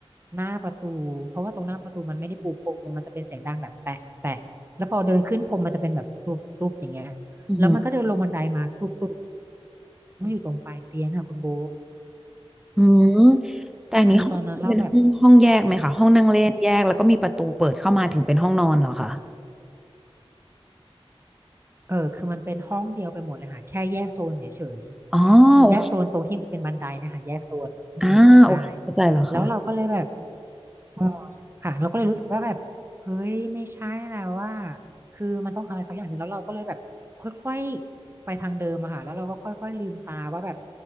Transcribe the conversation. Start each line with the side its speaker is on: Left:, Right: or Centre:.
Right: หน้าประตู เพราะว่าตรงหน้าประตูมันไม่ได้ปูพรมมันจะเป็นเสียงดังแบบแปะแปะแล้วพอเดินขึ้นพรมมันจะเป็นแบบตุบตุบอย่างเงี้ย
Centre: อือหอ
Right: แล้วมันก็เดินลงบันไดมาตุบตุบมันอยู่ตรงปลายเตียงค่ะคุณโบ
Centre: ืมแต่อันนี้ห้องคือเป็นห้องห้องแยกไหมคะห้องนั่งเล่นแยกแล้วก็มีประตูเปิดเข้ามาถึงเป็นห้องนอนเหรอคะ
Right: คือตอนนั้นเราแบบ เออคือมันเป็นห้องเดียวไปหมดเลยค่ะแค่แยกโซนเฉยๆแยกโซนตรงที่มันเป็นบันไดนะคะแยกโซนอืมใช่
Centre: อ๋อโอเคอ่าโอเคเข้าใจแล้วค่ะ
Right: แล้วเราก็เลยแบบเออค่ะเราก็เลยรู้สึกว่าแบบเฮ้ยไม่ใช่แล้วว่า คือมันต้องอะไรสักอย่างหนึ่งแล้วเราก็เลยแบบค่อยๆไปทางเดิมอะค่ะแล้วเราก็ค่อยๆลืมตาว่าแบบ